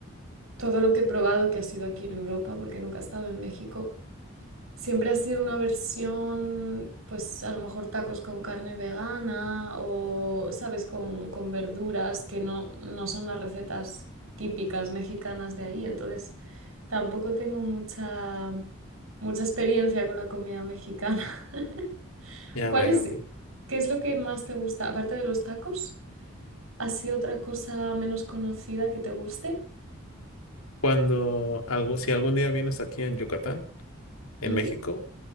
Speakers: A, on the right (about 80°); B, on the left (about 80°).
A: Todo lo que he probado que ha sido aquí en Europa, porque nunca he estado en México, siempre ha sido una versión, pues a lo mejor tacos con carne vegana o, ¿sabes?, con, con verduras que no, no son las recetas típicas mexicanas de ahí. Entonces, tampoco tengo mucha, mucha experiencia con la comida mexicana. <laughs>
B: Ya
A: ¿Cuál
B: veo.
A: es, qué es lo que más te gusta? Aparte de los tacos, ¿así otra cosa menos conocida que te guste?
B: Cuando algo, si algún día vienes aquí en Yucatán, en
A: Ujú.
B: México,